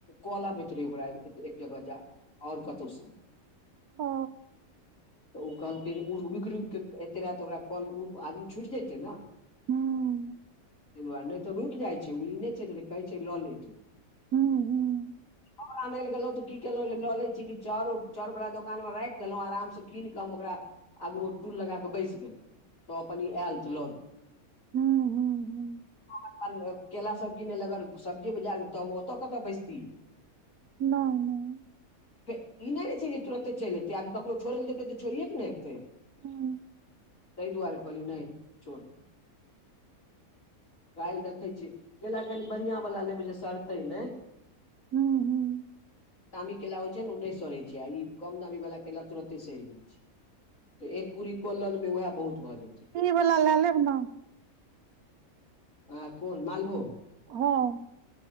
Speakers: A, on the left; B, on the right.
A: काॅल आबैत रहै ओकरा एक जगह जा आओर कतौह सँ
B: ओ
A: तऽ उ कहलकै ओ रुकि रुकि केऽ एते रहय तऽ ओकरा कल ओ आदमी छुटि जेतै न
B: हूँ
A: तै दुआरे नहि तऽ रुकि जाइ छै ओ ई नय छै ने कहै छै लऽ ले तू
B: हुँ, हुँ,
A: आओर आनैल गेलउ तऽ की केेलौं जे लऽ लै छि कि चाउर चाउरबला दोकान मे राखि देलौं आराम सँ कीन क हम ओकरा आगूमे टूल लगाक बैस गेलौंउ तब अपन आयल तऽ लऽ गेल
B: हूं हूं हूं
A: अपन केला सभ किनै लगल सब्जी बजार मे तऽ ओतऽ कतऽ बैसती
B: नय नय
A: ई नहि नैँ छै जे तुरते चलि एतै आब ककरो छोड़य लऽ जेतै तऽ छोड़िए कऽ ने ऐतै
B: हूं
A: तै दुआरे कहलियै नय छोड़ काल्हि देखै छियै केला कनि बढ़िआँ वला लेबै जे सड़तै नै
B: हूँ हूँ
A: दामी केला होइ छैय नऽ ओ नय सड़ै छै आ ई कम दामीवला केला तुरते सड़ि जाइ छै एक कूड़ी को लऽ लेबै उएह बहुत भऽ जेतै
B: ई बला लऽ लेब नऽ
A: हं कोन मालभोग
B: हूं